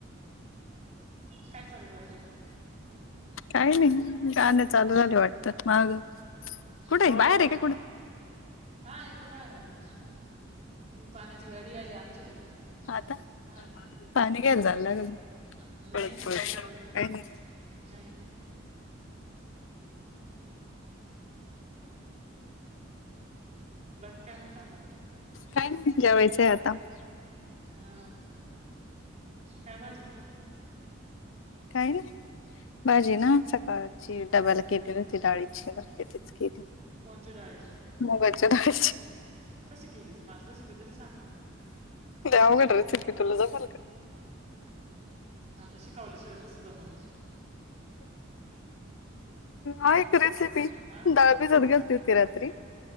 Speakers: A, on the right; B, on the left.
A: काय चालू आहे बाकी आजुन?
B: काही नाही. गाण चालू झाले वाटत माग. कुठ आहे?
A: हो
B: बाहेर आहे का कुठ?
A: हा इकड बाहेर आली. पाण्याची गाडी आली. आमच्या वरती
B: आता
A: हा
B: पाणी
A: का.
B: घ्यायला जायला लागल
A: नाही
B: पळत
A: नाही.
B: पळत
A: काही गरज नाही.
B: काही ना?
A: नाही. बाकी काय म्हणता आजुन?
B: काही नाही जेवायचंय आता हम्म
A: हा काय भाजी केलीत?
B: काही नाही
A: हा
B: भाजी ना सकाळची डब्याला केलेली होती डाळीची तीच केली.
A: कोणत्या डाळीची
B: मुगाच्या डाळीची.
A: कशी केलीस? मला रेसिपी तरी सांगा?
B: ते अवघडच आहे की तुला जमल का?
A: आता शिकवल्याशिवाय कसं जमल ना,
B: आहे का रेसिपी
A: हा
B: डाळ भीजत घातली होती रात्री